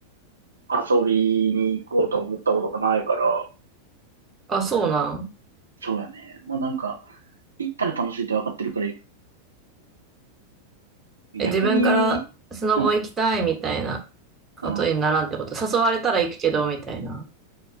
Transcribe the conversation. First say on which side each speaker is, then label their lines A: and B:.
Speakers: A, on the right; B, on the right.
A: 遊びに行こうと思ったことがないから、
B: あ、そうなん。
A: そうやね。もうなんか、行ったら楽しいって分かってるから行く。逆に、
B: え、自分からスノボ行きたいみたいな
A: うん、
B: ことにならんってこと。
A: うん。
B: 誘われたら行くけど、みたいな。